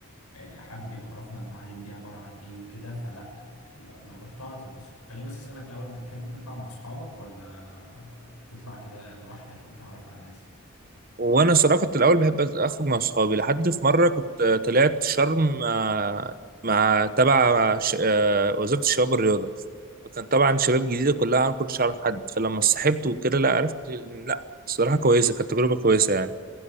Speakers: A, on the left (about 90°); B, on the right (about 40°).
A: آه، حد بيعرفنا المعالم دي عباره عن ايه وكده فلا لو لو رحتها هتتبسط خليني بس اسالك الاول انت بتحب تطلع مع اصحابك ولا تطلع كده لوحدك وتتعرف على ناس
B: وانا صراحة كنت الاول بحب اخرج مع اصحابي لحد في مرة كنت آه، طلعت شرم مع مع تبع ش- آه، وزارة الشباب والرياضة فكان طبعا شباب جديدة كلها انا ما كنتش اعرف حد فلما صاحبت وكده لا عرفت إن لا الصراحة كويسة كانت تجربة كويسة يعني